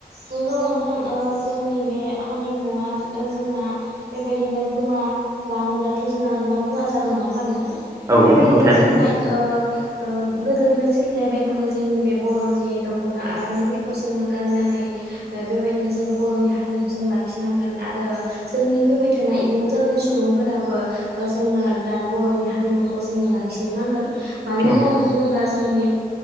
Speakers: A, on the right; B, on the right.
A: नोंगौ नोंथां ओ जोंनि बे हारिमुवा जोंना बेबायदिनो गोमा लाङोबा जोंहा गोबां खहा जागोन नङा होमबा नोंथां
B: औ
A: बेबायदिनो
B: नंगौ थारैनो
A: जोंहा ओ ओ गोदोनि सोलिनाय बायदिनो जोंनि बे बर'नि दख'ना आर'नाइफोरखौ जोङो गाननानै बेबायदिनो जोङो बर'नि हारिमुखौ जों लाखिनांगोन आरो जोंनि फैबाय थानाय इयुन जोलै सुबुंफोराबो जोङो दा बर'नि हारिमुखौ जोङो लाखिनो नांगोन मानो
B: औ
A: होननानै बुङोब्ला जोंनि